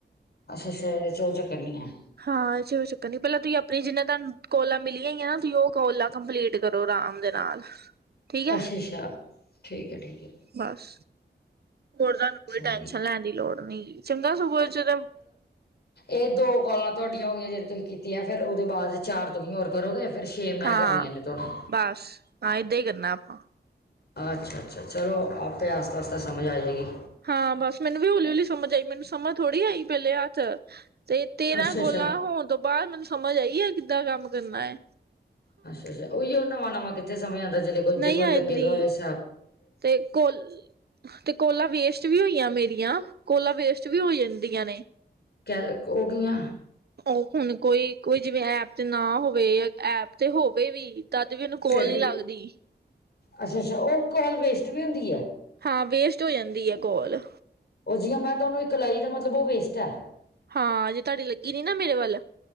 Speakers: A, on the left (about 60°); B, on the right (about 60°).
A: ਅੱਛਾ ਅੱਛਾ ਇਹਦੇ ਚ ਉਹ ਚੱਕਰ ਨਹੀਂ ਹੈ
B: ਹਾਂ ਇਦੇ ਚ ਕੋਈ ਚੱਕਰ ਨਹੀਂ ਪਹਿਲਾਂ ਤੁਸੀਂ ਆਪਣੀ ਜਿੰਨੇ ਤੁਹਾਨੂੰ ਕੋਲਾ ਮਿਲੀਆਂ ਈਆਂ ਨਾ ਤੁਹੀ ਓਹ ਕੋਲ ਲਾਉ ਕੰਪਲੀਟ ਕਰੋ ਰਾਮ ਦੇ ਨਾਲ ਠੀਕ ਐ,
A: ਅੱਛਾ ਅੱਛਾ ਠੀਕ ਹੈ ਠੀਕ ਹੈ
B: ਬਸ, ਹੋਰ ਤਾਨੂੰ ਕੋਈ
A: ਸਮਝ
B: ਟੈਨਸ਼ਨ
A: ਗਈ
B: ਲੈਣ ਦੀ ਲੋੜ ਨੀ ਹੈਗੀ, ਚੰਗਾ ਸਗੋ ਏਦੇ ਚ
A: ਏਹ ਦੋ ਕੋਲਾਂ ਤੁਆਡੀਆਂ ਹੋ ਗਈਆਂ ਜੇੜੀ ਤੁਸੀਂ ਕੀਤੀ ਐ ਫੇਰ ਓਦੇ ਬਾਦ ਚਾਰ ਤੁਹੀ਼ ਹੋਰ ਕਰੋਗੇ ਫੇਰ ਛੇ ਮੈਂ
B: ਹਾਂ
A: ਕਰਨੀਆਂ ਨੇ ਤੁਆਨੂੰ
B: ਬਸ ਹਾਂ ਏਦਾਂ ਈ ਕਰਨਾ ਆਪਾਂ
A: ਅੱਛਾ-ਅੱਛਾ ਚਲੋ ਆਪੇ ਆਸਤਾ-ਆਸਤਾ ਸਮਝ ਆ ਜੇਗੀ।
B: ਹਾਂ ਬਸ ਮੈਨੂੰ ਵੀ ਹੌਲੀ-ਹੌਲੀ ਸਮਝ ਆਈ ਮੈਨੂੰ ਸਮਝ ਥੋੜ੍ਹੀ ਆਈ ਪੈਲੇ ਹਾਥ ਤੇ ਤੇਰਾਂ
A: ਅੱਛਾ
B: ਕੋਲਾਂ
A: ਅੱਛਾ
B: ਹੋਣ ਤੋਂ ਬਾਦ ਮੈਨੂੰ ਸਮਝ ਆਈ ਆ ਕਿੱਦਾਂ ਕੰਮ ਕਰਨਾ ਐ।
A: ਅੱਛਾ-ਅੱਛਾ ਓਈ ਓ ਨਵਾਂ-ਨਵਾਂ ਕਿੱਥੇ ਸਮਝ ਆਂ ਜੇ ਜੇ
B: ਨਹੀਂ
A: ਕੋ
B: ਆਂਦੀ
A: ਲੱਗੇ ਹੋਵੇ ਏ ਸ
B: ਤੇ ਕੋਲ ਤੇ ਕੋਲਾ ਵੇਸਟ ਵੀ ਹੋਈਯਾ ਮੇਰੀਆਂ, ਕੋਲਾ ਵੇਸਟ ਵੀ ਹੋ ਜਾਂਦੀਆਂ ਨੇ
A: ਕੈ ਓ ਕਿਵੇ
B: ਓ ਹੁਣ ਕੋਈ-ਕੋਈ ਜਿਵੇਂ ਐਪ ਤੇ ਨਾ ਹੋਵੇ ਜਾਂ ਐਪ ਤੇ ਹੋਵੇ ਵੀ ਤਦ ਵੀ ਇਨੂੰ ਕੋਲ
A: ਫੇਰ
B: ਨੀ
A: ਵੀ
B: ਲੱਗਦੀ
A: ਅੱਛਾ-ਅੱਛਾ ਓ ਕੋਲ ਵੇਸਟ ਵੀ ਹੁੰਦੀ ਐ।
B: ਹਾਂ ਵੇਸਟ ਹੋ ਜਾਂਦੀ ਏ ਕੋਲ।
A: ਓ ਜੀਵੇ ਮੈਂ ਤੁਆਨੂੰ ਏਕ ਲਾਈ ਏਦਾ ਮਤਲਬ ਓਹ ਵੇਸਟ ਐ।
B: ਹਾਂ ਜੇ ਤੁਆਡੀ ਲੱਗੀ ਨੀ ਨਾ ਮੇਰੇ ਵੱਲ,